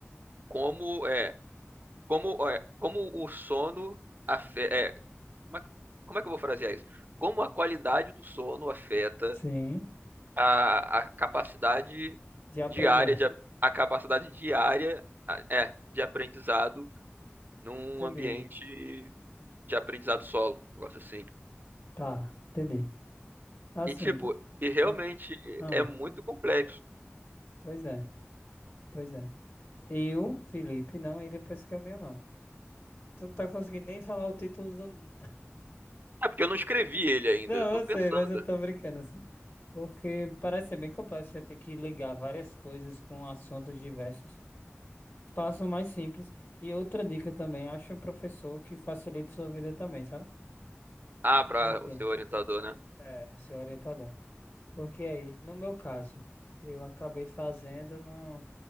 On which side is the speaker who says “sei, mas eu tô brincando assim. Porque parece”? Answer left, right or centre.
Left